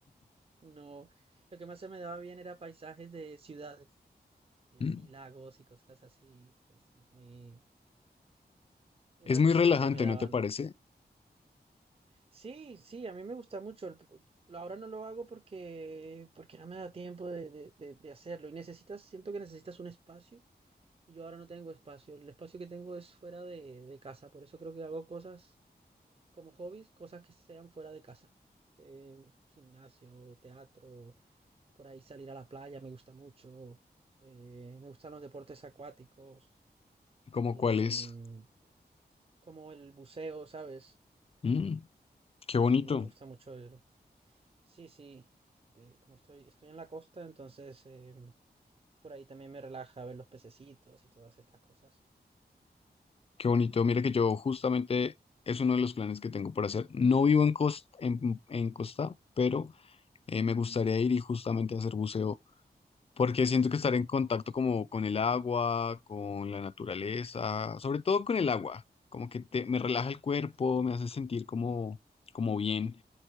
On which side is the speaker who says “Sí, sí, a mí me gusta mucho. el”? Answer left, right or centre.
Right